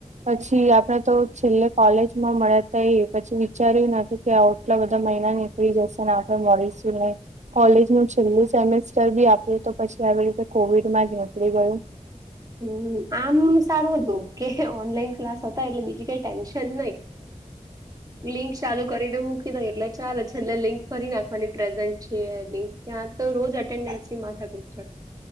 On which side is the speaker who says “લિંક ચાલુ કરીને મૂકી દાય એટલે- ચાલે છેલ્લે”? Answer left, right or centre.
Right